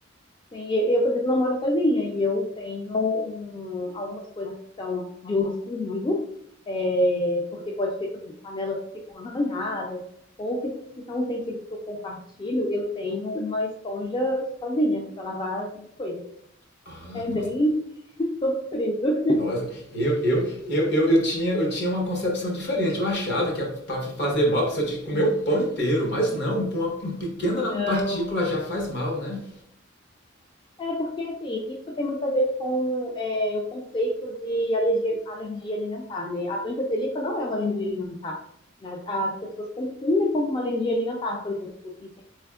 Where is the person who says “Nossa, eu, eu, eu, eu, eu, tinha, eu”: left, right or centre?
Left